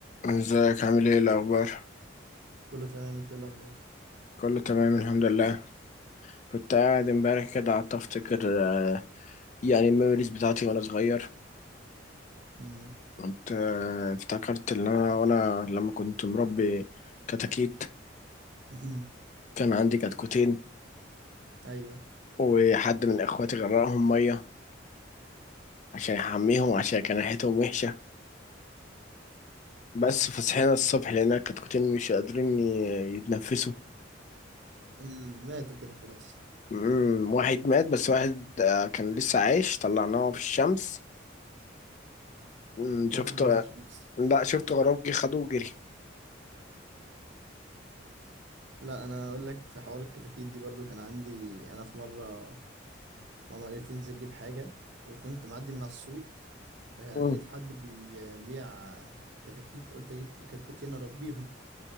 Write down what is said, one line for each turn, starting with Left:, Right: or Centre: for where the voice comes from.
Left: ازيك عامل ايه الاخبار
Right: كله تمام انت ايه الاخبار
Left: كله تمام الحمد لله كنت قاعد امبارح كده قعدت افتكر آه، يعني الميموريز بتاعتي وانا صغير
Right: امم
Left: كنت آه، افتكرت ان انا وانا لما كنت مربي كتاكيت
Right: <laughs>
Left: كان عندي كتكوتين
Right: ايوه <laughs>
Left: وحد من اخواتي غرقهم ميه عشان يحميهم عشان كان ريحتهم وحشه بس فصحينا الصبح لقينا الكتكوتين مش قادرين ي- يتنفسوا
Right: امم ماتوا كده خلاص
Left: مم، واحد مات بس واحد آه، كان لسه عايش طلعناه في الشمس مم،
Right: جات
Left: شفته
Right: له ضربة شمس
Left: لا شفت غراب جه خده وجري
Right: لا انا اقول لك في حوار الكتاكيت دي برضو كان عندي انا في مرة ماما قالت لي انزل جيب حاجة وكنت معدي من على السوق فلقيت
Left: مم.
Right: حد بيبيع كتاكيت قلت اجيب كتكوتين اربيهم